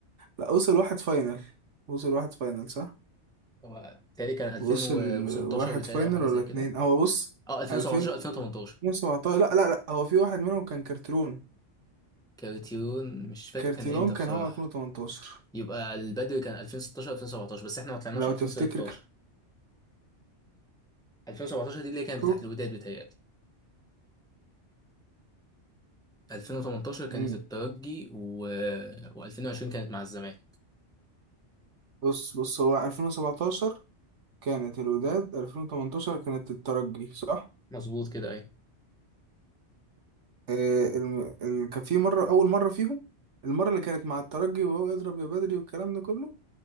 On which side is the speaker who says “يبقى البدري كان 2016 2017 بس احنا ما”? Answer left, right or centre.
Centre